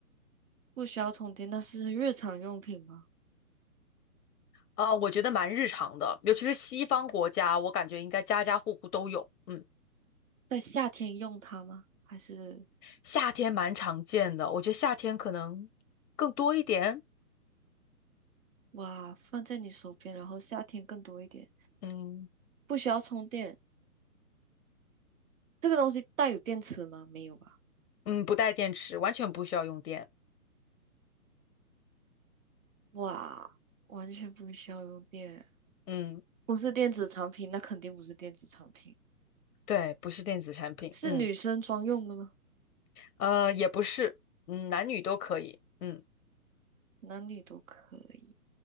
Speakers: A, on the right (about 60°); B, on the left (about 70°).
A: 不需要充电，那是日常用品吗？
B: 啊、我觉得蛮日常的，尤其是西方国家，我感觉应该家家户户都有。嗯，
A: 在夏天用它吗？还是？
B: 夏天蛮常见的，我觉得夏天可能更多一点。
A: 哇，放在你手边，然后夏天更多一点，
B: 嗯。
A: 不需要充电。这个东西带有电池吗？没有吧？
B: 嗯，不带电池，完全不需要用电。
A: 哇，完全不需要用电，
B: 嗯，
A: 不是电子产品，那肯定不是电子产品，
B: 对，不是电子产品。
A: 是女生专用的吗？
B: 嗯，呃，也不是，嗯，男女都可以。嗯
A: 男女都可以，